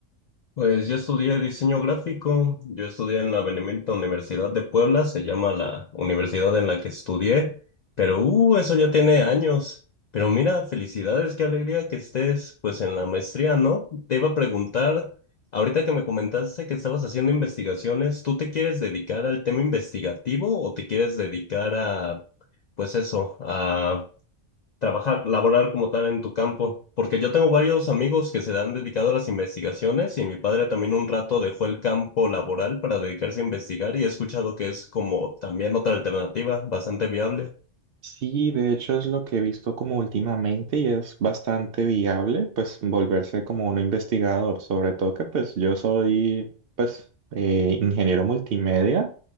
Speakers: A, on the left; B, on the right.
A: Pues yo estudié diseño gráfico, yo estudié en la Benemérita Universidad de Puebla, se llama la universidad en la que estudié, pero uh, eso ya tiene años. Pero mira, felicidades, qué alegría que estés pues en la maestría, ¿no? Te iba a preguntar, ahorita que me comentaste que estabas haciendo investigaciones, ¿tú te quieres dedicar al tema investigativo o te quieres dedicar a, pues eso, a trabajar, laborar como tal en tu campo, porque yo tengo varios amigos que se han dedicado a las investigaciones y mi padre también un rato dejó el campo laboral para dedicarse a investigar y he escuchado que es como también otra alternativa bastante viable.
B: Sí, de hecho es lo que he visto como últimamente y es bastante viable, pues volverse como un investigador, sobre todo que pues yo soy pues eh, ingeniero multimedia